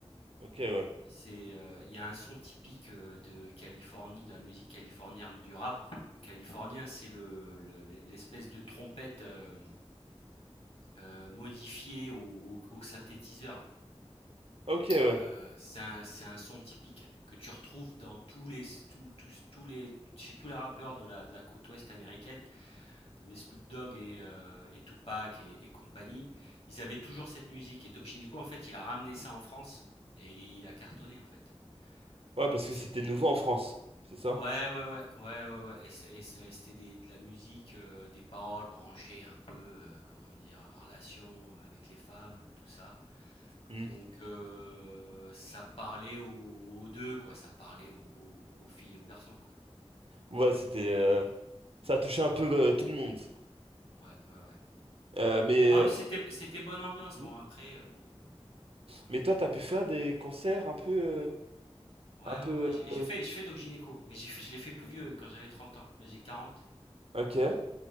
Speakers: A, on the right (about 60°); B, on the left (about 65°).
A: Ok, ouais.
B: C'est, euh, il y a un son typique euh, de Californie, de la musique californienne, du rap californien. C'est le, le- l'espèce de trompette euh, euh, modifiée au, au- au synthétiseur.
A: Ok, ouais.
B: Heu, c'est un c'est un son typique que tu retrouves dans tous les tous tous tous les chez tous les rappeurs de la de la côte ouest américaine. Tu avais Snoop Dogg et heu et Tupac et et compagnie. Ils avaient toujours cette musique et Doc Gynéco, en fait, il a ramené ça en France et il a cartonné, en fait
A: Ouais, parce
B: et
A: que
B: c'est
A: c'était nouveau en France, c'est ça?
B: ouais, ouais, ouais, ouais, ouais, ouais et c'est et c'est c'était des de la musique, heu, des paroles branchées un peu, heu, comment dire? Relations avec les femmes et tout ça
A: Hmm.
B: Donc heu, ça parlait aux aux 2 quoi, ça parlait aux aux aux filles, aux garçons quoi.
A: Ouais, c'était euh, ça a touché un peu euh, tout le monde.
B: Ouais, ouais, ouais.
A: Euh, mais
B: Ah puis c'était c'était bonne ambiance.
A: Hmm.
B: Bon après, heu, bon voilà
A: mais toi,
B: quoi.
A: t'as pu faire des concerts un peu euh,
B: Ouais,
A: un peu
B: ouais, ouais, j'ai j'ai
A: euh,
B: fait je fais doc-gynéco, mais j'ai fait je l'ai fait plus vieux quand j'avais 30 ans. Là j'ai 40
A: ok.